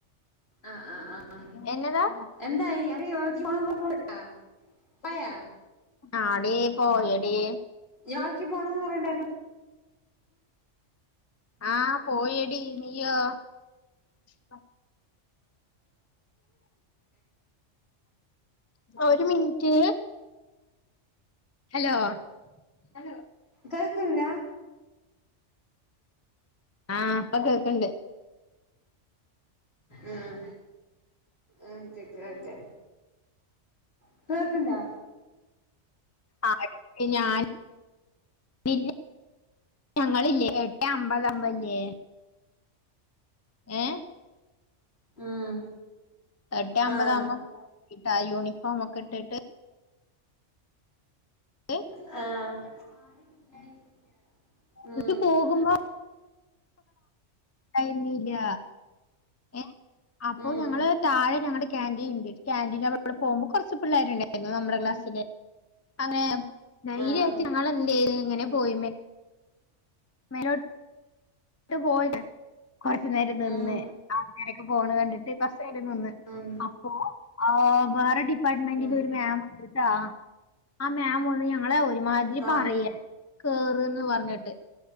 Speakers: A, on the left (about 55°); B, on the left (about 20°).
A: ആഹ് ആഹ് ആഹ് ആഹ്
B: എന്നതാ
A: എന്തായി അറിയോ <unintelligible> പയാ.
B: ആടീ പോയെടി.
A: യാക്കി പോണംന്ന് പറയണ്ടായിരുന്നു.
B: ആഹ് പോയടി നീയോ. <inaudible> ഒരു മിൻറ്റ്. ഹലോ ഹലോ
A: കേൾക്ക്ണില്ല
B: കേക്ക്ണില്ല. ആഹ് ഇപ്പൊ കേക്ക്ണ്ട്.
A: ഉം ഉം കെട്ട്യോൻ വരട്ടെ. ഇപ്പ കേക്ക്ണ്ടാ.
B: ആടി ഞാൻ. പിന്ന ഞങ്ങളില്ലേ എട്ടെ അമ്പതവുമ്പല്ലേ. ഏഹ്.
A: ഉം
B: എട്ടെ അമ്പതാമ്പൊ
A: ആഹ്
B: പോവും <unintelligible> യൂണിഫോം ഒക്കെ ഇട്ടിട്ട് <unintelligible>
A: ആഹ് ഉം
B: ന്നട്ട് പോകുമ്പ കഴ്ഞ്ഞില്ല ഏഹ് അപ്പൊ
A: ഉം
B: ഞങ്ങള് താഴെ ഞങ്ങടെ കാന്റീൻണ്ട് കാന്റീന്റവിടെ പോമ്പോ കൊർച്ച് പിള്ളേര്ണ്ട് നമ്മടെ ക്ലാസ്സില് <unintelligible>
A: ആഹ്
B: ഞങ്ങള് എന്ത് ചെയ്ത് ഇങ്ങനെ പോയി <unintelligible> ട്ട് പോയില്ല കൊർച്ച് നേരം നിന്ന്
A: ഉം
B: ആൾക്കാരൊക്കെ പോണ കണ്ടിട്ട് കൊർച്ചേരം നിന്ന്
A: ഉം
B: അപ്പൊ ആഹ് വേറെ ഡിപ്പാർട്ട്മെന്റില്
A: ഉം
B: ഒരു മാം ഇണ്ട്ട്ടാ ആ മാം വന്ന് ഞങ്ങളെ ഒരുമാതിരി
A: ആഹ്
B: പറയാ കേറ്ന്ന് പർഞ്ഞിട്ട്